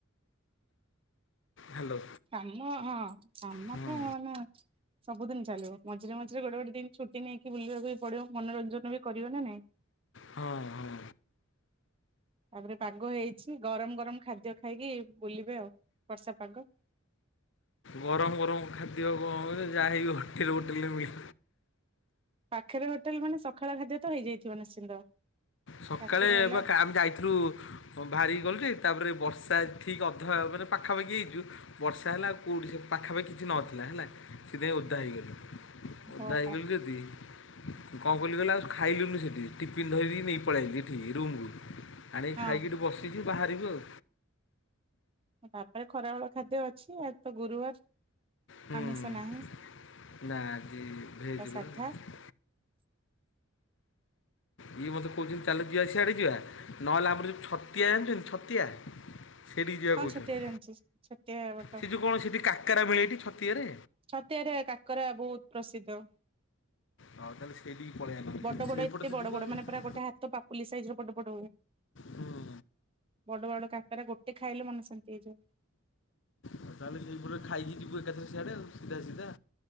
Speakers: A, on the left; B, on the right.
A: ହ୍ୟାଲୋ।
B: କାମ ହଁ କାମ
A: ହୁଁ
B: ତ ମାନେ ସବୁଦିନି ଚାଲିବ ମଝିରେ ମଝିରେ ଗୋଟେ ଗୋଟେ ଦିନି ଛୁ ଛୁଟି ନେଇକି ବୁଲିବାକୁ ବି ପଡିବ ମନୋରଞ୍ଜନ ବି କରିବା ନା ନାଇଁ?
A: ହଁ ହଁ।
B: ତାପରେ ପାଗ ହେଇଛି ଗରମ ଗରମ ଖାଦ୍ୟ ଖାଇକି ବୁଲିବେ ଆଉ ବର୍ଷା ପାଗ।
A: ଗରମ ଗରମ ଖାଦ୍ୟ କଣରେ ଯାହା ହେକି <unintelligible> ହୋଟେ ହୋଟେଲରେ ମିଳି
B: ପାଖରେ ହୋଟେଲ ମାନେ ସକାଳ ଖାଦ୍ୟ ତ ହେଇଯାଇଥିବ ନିଶ୍ଚିନ୍ତ।
A: ସକାଳେ
B: ବାକି ରହିଲା
A: ବା କାକୁ ଯାଇଥିଲୁ ବାହାରିକି ଗଲୁ ଯେ ତାପରେ ବର୍ଷା ଠିକ୍ ଅଧା ମାନେ ପାଖାପାଖି ହେଇଚୁ ବର୍ଷା ହେଲା କେଉଁଠିକି ପାଖାପାଖି କିଛି ନଥିଲା ହେଲା ସେଥିଇଁ ଓଦା ହେଇଗଲି। ଓଦା
B: ଓହୋ
A: ହେଇଗଲୁ ଯଦି କଣ କଲି ଗଲା ଆଉ ଖାଇଲୁନି ସେଠି ଟିଫିନି ଧରିକି ନେଇ ପଳେଇ ଆଇଲି ଏଠିକି ରୁମୁକୁ ଆଣିକି
B: ହଁ।
A: ଖାଇକି ଏଠି ବସିଚି ବାହାରିବୁ ଆଉ।
B: ବାବା ରେ ଖରାବଳ ଖାଦ୍ୟ ଅଛି ଆଜି ତ ଗୁରୁବାର।
A: ହୁଁ
B: ଆମିଷ ନାହିଁ
A: ନାଜି ଭେଜିବ
B: ସାଧା
A: <unintelligible> ଇଏ ମୋତେ କହୁଛନ୍ତି ଚାଲ ଯିବା ସିଆଡ଼େ ଯିବା ନହେଲେ ଆମର ଯେଉଁ ଛତିଆ ଜାଣିଛନ୍ତି ଛତିଆ? ସେଠି ଯିବା
B: ହଁ
A: କହୁଛନ୍ତି
B: ଛତିଆ ଜାଣିଛି ଛତିଆ ବଟ
A: ସେ ଯେଉ କଣ ସେଠି କାକରା ମିଳେଠି ଛତିଆରେ?
B: ଛତିଆରେ କାକରା ବହୁତ ପ୍ରସିଦ୍ଧ।
A: ହଁ ତାହେଲେ ସେଇଠକି ପଳେଇଆ ନ
B: ବଡ ବଡ
A: ସେଇପଟେ
B: ଏତେ
A: ତ
B: ବଡ
A: ଯିବା
B: ବଡ
A: ଆଉ।
B: ମାନେ ପୁରା ଗୋଟେ ହାତ ପା ପୋଲିଲିସ ସାଇଜ ର ପଟ ପଟୁ
A: ହୁଁ
B: ବଡ ବଡ କାକରା ଗୋଟେ ଖାଇଲେ ମନ ଶାନ୍ତି ହେଇଯିବଏ।
A: ଆଉ ତାହେଲେ ସେଇପରେ ଖାଇକି ଯିବୁ ଏକାଥରେ ସିଆଡ଼େଉ ସିଧା ସିଧା।